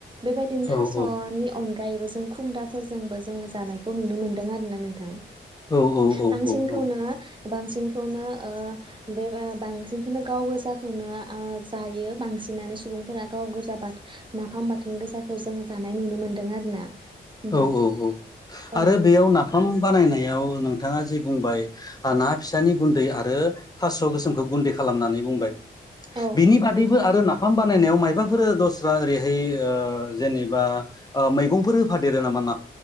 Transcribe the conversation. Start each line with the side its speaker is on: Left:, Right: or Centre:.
Right: बेबायदिनो
Left: औ
Right: थास'नि
Left: औ
Right: अन गायबो जों खुमदाफोरजोंबो जोङो जानायखौ नुनो मोन्दों आरोना नोंथां
Left: औ औ औ
Right: बांसिनखौनो
Left: औ औ
Right: बांसिनखौनो ओ बे बांसिनखौनो गाव गोसाखौनो ओ जायो बांसिन नानो सुबुंफोरा गाव गोजा बाथ नाफाम बाथोन गोजाखौ जोङो जानाय नुनो मोन्दों आरोना नोंथां
Left: औ औ औ
Right: औ
Left: आरो बेयाव नाफाम बानायनायाव नोंथाङा जि बुंबाय ओ ना फिसानि गुन्दै आरो थास' गोसोमखौ गुन्दै खालामनानै बुंबाय
Right: औ
Left: बिनि बादैबो
Right: नोंथां
Left: आरो नाफाम बानायनाय मबाफोर दस्रा ओरैहाय ओ जेनेबा ओ मैगंफोर होफादेरो नामा ना